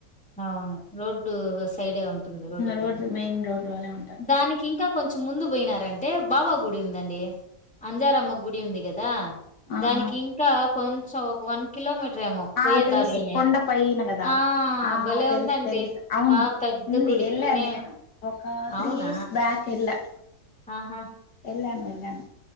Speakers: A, in the centre; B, on the left.
A: అవును రోడ్డు సైడే ఉంటుంది రోడ్డు పైన
B: రోడ్ మెయిన్ రోడ్ లోనే ఉంటారు సైడ్
A: దానికి ఇంకా కొంచెం ముందు పోయినారంటే బాబా గుడి ఉందండి అంజారమ్మ గుడి ఉంది కదా
B: ఆ
A: దానికి
B: ఆ
A: ఇంకా కొంచెం ఒక వన్ కిలోమీటర్ ఏమో
B: ఆ
A: పోయే
B: తెలుసు
A: దారిలోనే.
B: కొండపైన కదా
A: ఆ!
B: ఆ
A: భలే
B: తెలుసు
A: ఉందండి.
B: తెలుసు అవును
A: బా పెద్ద
B: ఉంది
A: గుడి.
B: వెళ్ళా
A: నే
B: నేను ఒక త్రీ
A: అవునా?
B: ఇయర్స్ బ్యాక్ వెళ్ళా
A: ఆహా
B: ఎలానూ వెళ్ళాను